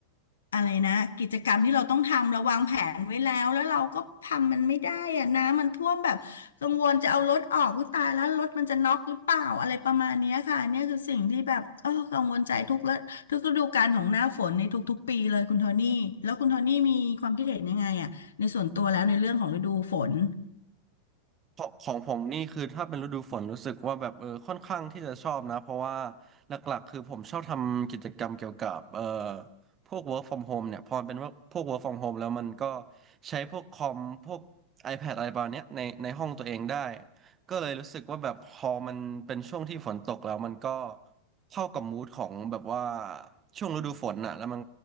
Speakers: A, on the left (about 65°); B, on the right (about 25°).
A: อะไรนะกิจกรรมที่เราต้องทำเราวางแผนไว้แล้วแล้วเราก็ทำมันไม่ได้อะน้ำมันท่วมแบบกังวลจะเอารถออกก็ตายแล้วรถมันจะน็อกหรือเปล่าอะไรประมาณเนี้ยค่ะเนี่ยคือสิ่งที่แบบเออกังวลใจทุกและทุกฤดูกาลของหน้าฝนในทุกๆปีเลยคุณโทนี่แล้วคุณโทนี่มีความคิดเห็นยังไงอะในส่วนตัวแล้วในเรื่องของฤดูฝน
B: ของของผมนี่คือถ้าเป็นฤดูฝนรู้สึกว่าแบบเออค่อนข้างที่จะชอบนะเพราะว่าหลักๆคือผมชอบทำกิจกรรมเกี่ยวกับเอ่อพวก work from home เนี่ยพอมันเป็นว่าพวก work from home แล้วมันก็ใช้พวกคอมพวก iPad อะไรประมาณเนี้ยในในห้องตัวเองได้ก็เลยรู้สึกว่าแบบพอมันเป็นช่วงที่ฝนตกแล้วมันก็เข้ากับมูดของแบบว่าช่วงฤดูฝนน่ะแล้วมัน